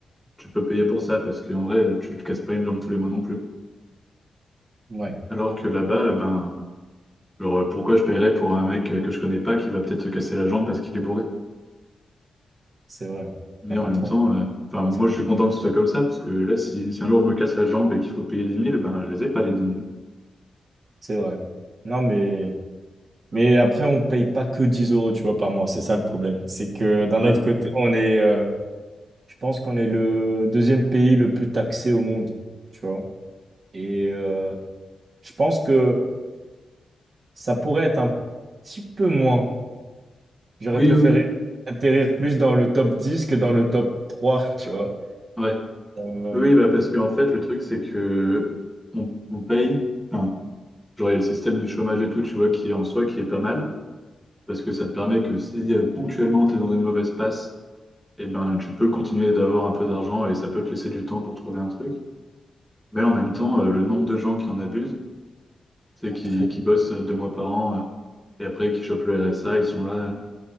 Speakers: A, in the centre; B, on the right.
A: tu peux payer pour ça parce qu'en vrai, tu te casses pas une jambe tous les mois non plus.
B: Ouais,
A: Alors que là-bas,
B: ouais,
A: euh, ben, Genre, euh, pourquoi je paierais pour un mec euh, que je connais pas qui va peut-être se casser la jambe parce qu'il est bourré?
B: c'est vrai.
A: Mais
B: T'as pas
A: en même
B: trop
A: temps, euh, enfin, moi,
B: ça.
A: je suis content que ce soit comme ça, parce que là, si, si un jour je me casse la jambe et qu'il faut payer dix mille ben, je les ai pas, les dix mille.
B: C'est vrai. Non, mais... Mais après, on paye pas que 10 euros, tu vois, par mois. C'est ça le problème. C'est que d'un
A: Oui.
B: autre côté, on est, euh, je pense qu'on est le deuxième pays le plus taxé au monde, tu vois. Et euh, je pense que ça pourrait être un petit peu moins. J'aurais
A: Oui,
B: préféré
A: oui, oui.
B: atterrir plus dans le top 10 que dans le top trois <laughs> tu vois.
A: Ouais.
B: Euh,
A: Oui, bah, parce qu'en fait, le truc, c'est que on, on paye. Enfin, genre, il y a le système du chômage et tout, tu vois, qui est en soi, qui est pas mal, parce que ça te permet que si euh, ponctuellement tu es dans une mauvaise passe, eh ben, tu peux continuer d'avoir un peu d'argent et ça peut te laisser du temps pour trouver un truc. Mais en même temps, euh, le nombre de gens qui en abusent, c'est
B: pas
A: qui,
B: trop.
A: qui bossent euh, deux mois par an euh, et après qui chopent le RSA, ils sont là. euh,